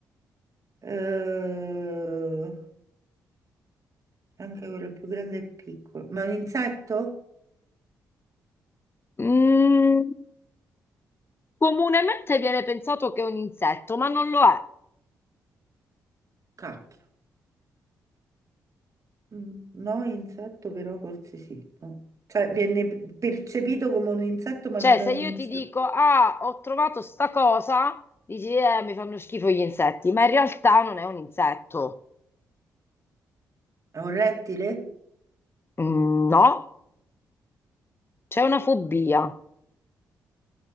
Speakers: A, on the right; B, on the left.
A: Eh, anche quello più grande e piccolo. Ma è un insetto?
B: Mm, comunemente viene pensato che è un insetto, ma non lo è.
A: Cacchio. Mm, No, insetto però forse sì. no. Cioè viene percepito come un insetto, ma
B: Cioè,
A: non
B: se
A: è un
B: io
A: insetto.
B: ti dico, ah, ho trovato sta cosa, dici, eh, mi fanno schifo gli insetti, ma in realtà non è un insetto.
A: È un rettile?
B: Mm, no, c'è una fobia.